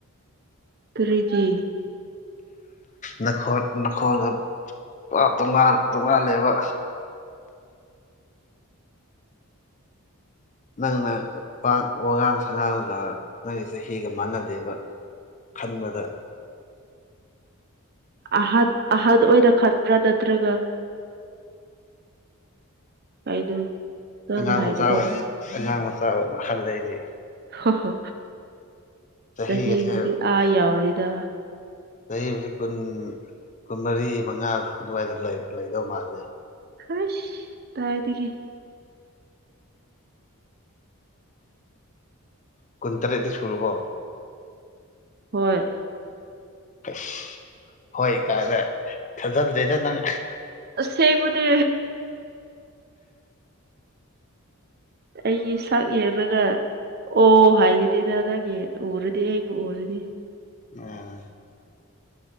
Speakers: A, on the right (about 45°); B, on the left (about 35°).
A: ꯀꯔꯤꯒꯤ
B: ꯅꯈꯣꯜ ꯅꯈꯣꯜꯒ ꯇꯣꯉꯥꯟ ꯇꯣꯉꯥꯜꯂꯦꯕ
A: <inaudible>
B: ꯅꯪꯅ ꯄꯥ ꯋꯉꯥꯡ ꯁꯉꯥꯡꯒ ꯅꯪꯒꯤ ꯆꯍꯤꯒ ꯃꯥꯟꯅꯗꯦꯕ ꯈꯟꯕꯗ
A: ꯑꯍꯟ ꯑꯍꯟ ꯑꯣꯏꯅ ꯈꯟꯕ꯭ꯔꯥ ꯅꯠꯇ꯭ꯔꯒ ꯀꯩꯅꯣ ꯅꯪꯅ
B: ꯑꯉꯥꯡ
A: ꯍꯥꯏꯕꯗꯣ
B: ꯃꯆꯥ ꯑꯣꯏ ꯑꯉꯥꯡ ꯃꯆꯥ ꯑꯣ ꯍꯜꯂꯦ ꯑꯩꯗꯤ
A: ꯍꯣ ꯍꯣ
B: ꯆꯍꯤꯒꯁꯦ
A: ꯆꯍꯤꯕꯨꯗꯤ ꯑꯥ ꯌꯥꯎꯔꯦꯗ
B: ꯆꯍꯤꯕꯨꯗꯤ ꯀꯨꯟ ꯀꯨꯟꯃꯔꯤ ꯃꯉꯥ ꯑꯗꯨꯋꯥꯏꯗ ꯂꯩ ꯂꯩꯗꯧ ꯃꯥꯜꯂꯦ
A: ꯍꯩꯁ ꯇꯥꯏꯗꯒꯤ
B: ꯀꯨꯟꯇꯔꯦꯠꯇꯤ ꯁꯨꯔꯕꯣ
A: ꯍꯣꯏ
B: ꯑ꯭ꯁ ꯍꯣꯏ ꯀꯥꯏꯅ ꯊꯥꯖꯗ꯭ꯔꯦꯗ ꯅꯪ
A: ꯑꯁꯦꯡꯕꯅꯦ ꯑꯩꯒꯤ ꯁꯥꯛ ꯌꯦꯡꯔꯒ ꯑꯣ ꯍꯥꯏꯒꯅꯤꯗ ꯅꯪꯒꯤ ꯎꯔꯗꯤ ꯑꯩꯕꯨ ꯎꯔꯗꯤ
B: ꯑꯝ